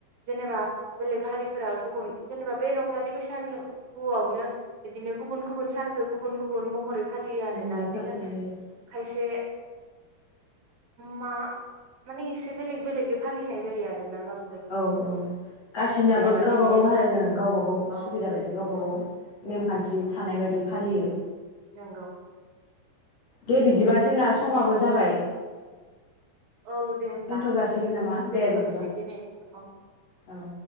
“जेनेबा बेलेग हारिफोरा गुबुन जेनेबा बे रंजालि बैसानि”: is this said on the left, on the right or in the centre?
Right